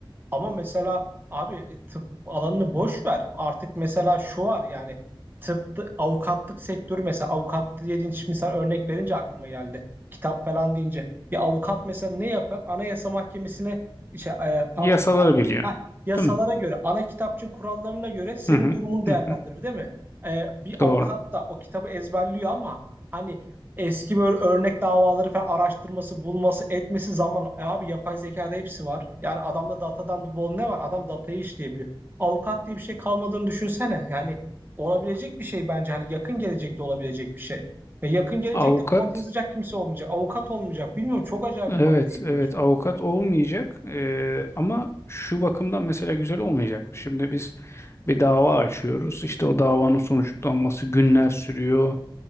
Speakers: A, on the right; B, on the left.
A: Ama mesela abi e, tıp alanını boş ver. Artık mesela şu var yani tıpta avukatlık sektörü mesela avukat dediğin şimdi sen örnek verince aklıma geldi. Kitap falan deyince bir avukat mesela ne yapar? Anayasa Mahkemesi'ne şey, e, pardon
B: Yasaları
A: a-
B: biliyor.
A: heh, yasalara
B: Değil mi?
A: göre ana kitapçığın kurallarına göre senin
B: Hı hı.
A: durumunu değerlendirir
B: Hı hı.
A: değil mi? E, bir
B: Doğru.
A: avukat da o kitabı ezberliyor ama hani eski böyle örnek davaları falan araştırması, bulması, etmesi zaman. E abi yapay zekada hepsi var. Yani adamda datadan bol ne var? Adam datayı işleyebiliyor. Avukat diye bir şey kalmadığını düşünsene. Yani olabilecek bir şey bence. Hani yakın gelecekte olabilecek bir şey. Ve yakın gelecekte
B: Avukat
A: kod yazacak kimse olmayacak. Avukat olmayacak. Bilmiyorum çok acayip
B: evet
A: bir noktaya gidiyoruz.
B: evet avukat olmayacak E, ama şu bakımdan mesela güzel olmayacak. Şimdi biz bir dava açıyoruz. İşte o davanın sonuçlanması günler sürüyor.